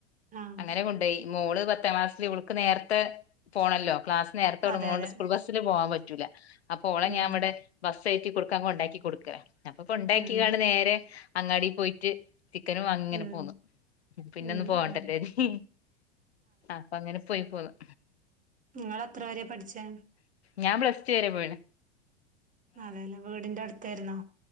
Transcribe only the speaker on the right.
ആഹ്
അതെ അതെ
ഉം
ഉം
ഉം
ഉം
ഉം
ഇങ്ങള് എത്ര വരെയാ പഠിച്ചെ
അതല്ലാ വീട്ന്റെ അടുത്താരുന്നോ